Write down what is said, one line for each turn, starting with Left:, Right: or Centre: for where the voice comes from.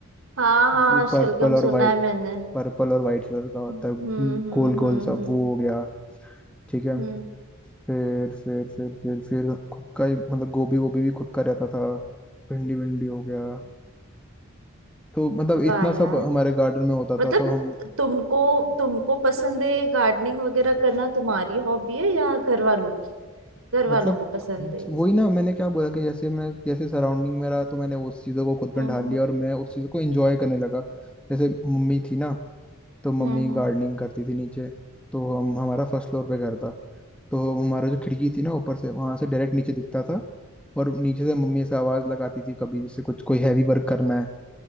Right: हाँ हाँ
Centre: वो पर्पल
Right: शलगम
Centre: और
Right: सुना
Centre: वाइट
Right: है मैंने
Centre: पर्पल और वाइट कलर का होता
Right: हम्म
Centre: है
Right: हम्म
Centre: गोल गोल
Right: हम्म
Centre: सा
Right: हम्म
Centre: वो हो गया ठीक है
Right: हम्म
Centre: फिर फिर फिर फिर फिर खुद का ही मतलब गोभी वोभी भी खुद का रहता था भिंडी भिंडी हो गया तो मतलब
Right: वाह
Centre: इतना सब
Right: यार
Centre: हमारे गार्डन में होता
Right: मतलब
Centre: था तो हम
Right: तुमको तुमको पसंद है गार्डनिंग वगैरह करना तुम्हारी हॉबी है या घर वालों की घर वालों
Centre: मतलब
Right: को पसंद है
Centre: वही ना मैंने क्या बोला कि जैसे मैं जैसे सराउंडिंग में रहा तो मैंने उस चीज़ों को खुद
Right: हम्म
Centre: में ढाल
Right: हम्म
Centre: लिया और मैं उस चीज़ों को एंजॉय करने लगा जैसे मम्मी थी ना तो मम्मी
Right: हम्म हम्म।
Centre: गार्डनिंग करती थी नीचे तो हम हमारा फर्स्ट फ्लोर पे घर था तो हमारा जो खिड़की थी ना ऊपर से वहां से डायरेक्ट नीचे दिखता था और नीचे से मम्मी ऐसे आवाज लगाती थी कभी जैसे कुछ कोई हैवी वर्क करना है